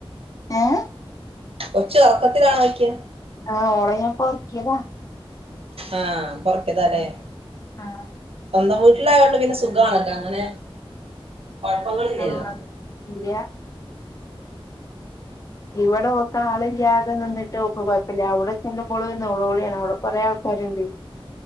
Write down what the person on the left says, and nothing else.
ഏഹ്?
ആഹ് ഓളെ ഞാപ്പൊ ഒർക്കിയതാ.
ആഹ്‌.
ആഹ് ഇല്ല്യ. ഇവടെ ഓക്ക്‌ ആള് ഇല്ല്യാതെ നിന്ന്ട്ട് ഓക്ക് കൊയപ്പല്ല്യാ, അവടെ ചെല്ലുമ്പോള് നോളോളിയാണ് അവടെ കൊറേ ആൾക്കാര്ണ്ട്. <inaudible>